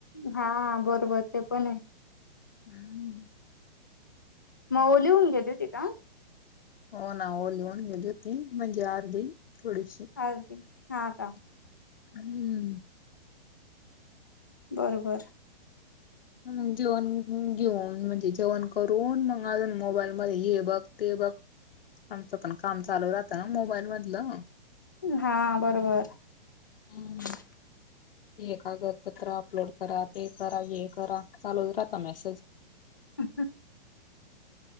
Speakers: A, on the left (about 20°); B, on the left (about 65°).
A: हा बरोबर ते पण आहे
B: हा ह
A: मऊलीिहून घेत होती का
B: हो ना ओली होन गेली होती म्हणजे अर्धी थोडीशी
A: अदी हा काम
B: हम्म
A: बरोबर
B: मग जेवण घेऊन म्हणजे जेवण करून मग अजून मोबाईल म हे बघ ते बघ आमचं पण काम चालू राहतं ना मोबाईल मधलं
A: हा बरोबर
B: हम्म.
A: <inaudible>
B: हे कागदपत्र अपलोड करा ते करा हे करा चालूच राहता मेसेज
A: ह